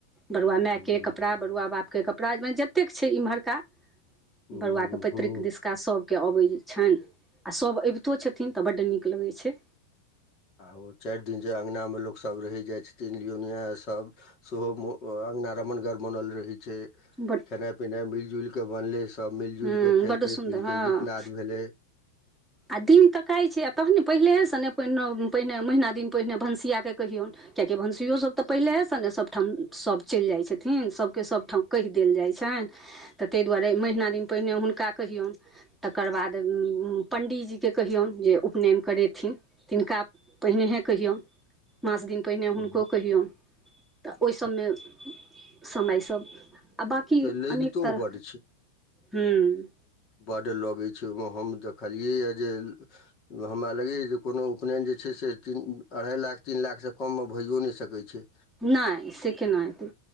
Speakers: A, in the centre; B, on the left.
A: बरुआ माय
B: हूँ
A: के कपड़ा, बरुआ बाप के कपड़ा मने जतेक छै इम्हरका
B: हूँ
A: बरुआ के पैतृक
B: हूँ
A: दिसका सबके अबै छैन आ सब एबतो छथिन तऽ बड नीक लगै छै।
B: आ ओ चार दिन जे अंगना मे लोक सब रहै जाए छथिन लियोनिया सब। सोहो मु अ अंगना रमणगर बनल रहै छै,
A: बड
B: खेना पीना मिल-जुल के बनले सब मिल-जुल
A: हूँ
B: के खेलकै,
A: बड्ड सुन्दर
B: पीलकै,
A: हँ
B: गीत-नाद भेले।
A: आ दिन तकै छै आ तहने पहिलेहे सने <unintelligible> पहिने महीना दिन पहिने भनसिया केँ कहियौन, कियाकि भनसियो सब तऽ पहिलेहे से ने सब ठाम सब चैल जाय छथिन, सबके सब ठाम कैह देल जाय छैन तऽ तै दुआरे महिना दिन पहिने हुनका कहियौन, तकर बाद उम्म पण्डीजी केँ कहियौन जे उपनैन करेथिन, तिनका पहिनेहे केहयौन। माँस दिन पहिने
B: हूँ।
A: हुनको कहियौ। तऽ ओय सब मे समय सब आ बाकी
B: से लगितो
A: अनेक तरह,
B: बड्ड
A: ह्म्म।
B: बड लगै छै, ओय मे हम देखलियै या जे हमरा लगैए जे कोनो उपनैन जे छै से तीन, अढ़ाई लाख, तीन लाख से कम मे भएयो नै सकै छै।
A: नै से केना एते।